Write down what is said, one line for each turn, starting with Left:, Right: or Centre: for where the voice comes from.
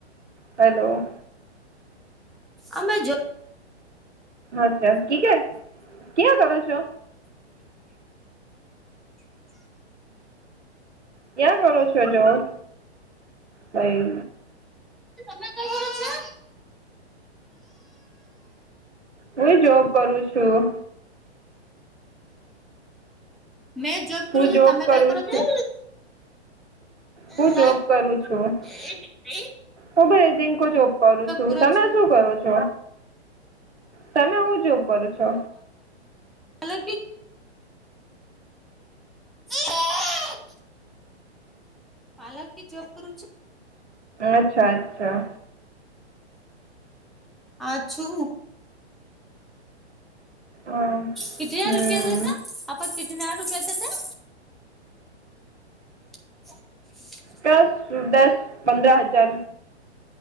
Right: હલો.
Centre: અમે જો.
Right: અચ્છા ક કે ક્યાં કરો છો. ક્યાં કરો છો જોબ ભાઈ.
Centre: તમે કઈ કરો છો.
Right: હુંય જોબ કરું છું.
Centre: મેં જોબ કરુ
Right: હું
Centre: છું
Right: જોબ
Centre: તમે
Right: કરું
Centre: કઈ કરો
Right: છું
Centre: છો. <unintelligible>
Right: હું જોબ કરું છું હું ભાઈ જેન્કો જોબ કરું છું
Centre: કરો
Right: તમે
Centre: છો
Right: શું કરો છો. તમે હું જોબ કરો છો.
Centre: અલર કે. <unintelligible> પાર્લર કે જોબ કરુ છું.
Right: અચ્છા અચ્છા.
Centre: આ છું.
Right: હા.
Centre: ક હજાર
Right: હમ
Centre: રૂપિયા છે છે આપ કટ હજાર રૂપિયા છે સર. <unintelligible>
Right: દસ દસ પંદર હજાર